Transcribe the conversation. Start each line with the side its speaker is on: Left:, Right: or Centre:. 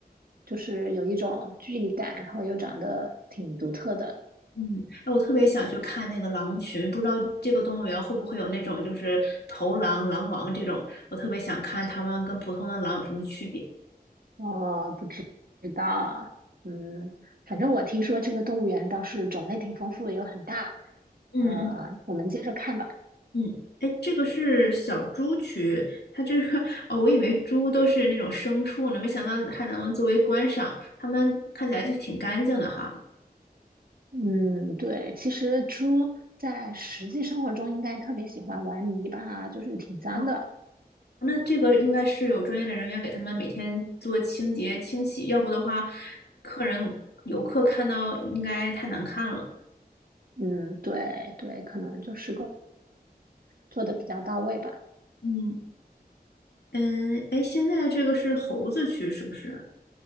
Right: 就是有一种距离感，然后又长得挺独特的。
Left: 嗯，哎，我特别想去看那个狼群，不知道这个动物园会不会有那种就是头狼、狼王这种，我特别想看它们跟普通的狼有什么区别。
Right: 哦，不知知道啊嗯，反正我听说这个动物园倒是种类挺丰富，有很大。
Left: 嗯
Right: 呃，我们接着看吧。
Left: 嗯，哎，这个是小猪区，它这个 <laughs> 哦，我以为猪都是那种牲畜呢，没想到还能作为观赏，它们看起来就挺干净的哈。
Right: 嗯，对，其实猪在实际生活中应该特别喜欢玩泥巴啊就是挺脏的。
Left: 哦，那这个应该是有专业的人员给他们每天做清洁清洗，要不的话，客人游客看到应该太难看了。
Right: 嗯，对对，可能就是工作的比较到位吧。
Left: 嗯嗯，哎，现在这个是猴子区是不是？